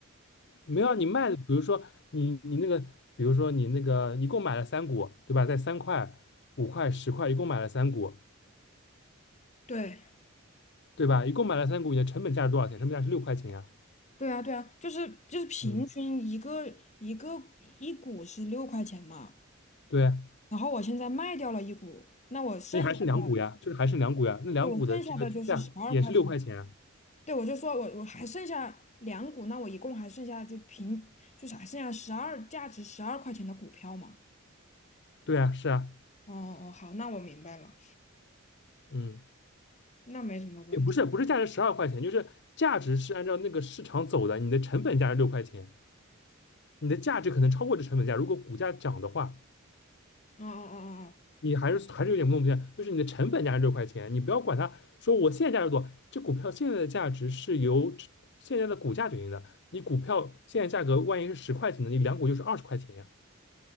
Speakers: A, on the left; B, on the left.
A: 没有啊，
B: 因为
A: 你卖的，比如说你你那个，比如说你那个一共买了三股，对吧？在三块、五块、十块，一共买了三股。
B: 对
A: 对吧？一共买了三股，你的成本价是多少钱？成本价是六块钱呀。
B: 对啊对啊，就是就是平均一个一个一股是六块钱嘛，
A: 嗯，对啊，
B: 然后我现在卖掉了一股，那我剩下的
A: 那还是两股呀，就是还剩两股呀。那两股的这个均价也是六块钱啊。
B: 对我剩下的就是十二块钱了。对，我就说我我还剩下两股，那我一共还剩下就平就是还剩下十二价值十二块钱的股票嘛。
A: 对啊，是啊，
B: 哦哦，哦，好，那我明白了，
A: 嗯，
B: 那没什么问题。
A: 也不是，不是价值十二块钱，就是价值是按照那个市场走的，你的成本价是六块钱，你的价值可能超过这成本价。如果股价涨的话，
B: 哦哦哦哦，哦
A: 你还是还是有点弄不清，就是你的成本价是六块钱，你不要管它，说我现在价值多少，这股票现在的价值是由这现在的股价决定的。你股票现在价格万一是十块钱的，你两股就是二十块钱呀。